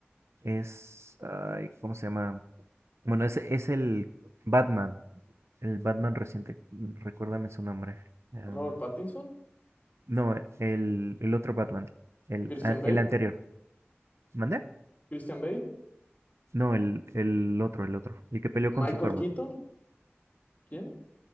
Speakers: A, on the right (about 85°); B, on the left (about 35°).
A: es, ay, ¿cómo se llama? Bueno, es, es el Batman, el Batman reciente, mm, recuérdame su nombre. Am,
B: Robert Pattinson,
A: no, el, el otro Batman, el,
B: Christian
A: a-
B: Bale,
A: el anterior. ¿Mandé?
B: Christian Bale,
A: No, el, el otro, el otro, el que peleó
B: Michael
A: con Superman,
B: Keaton, ¿quién?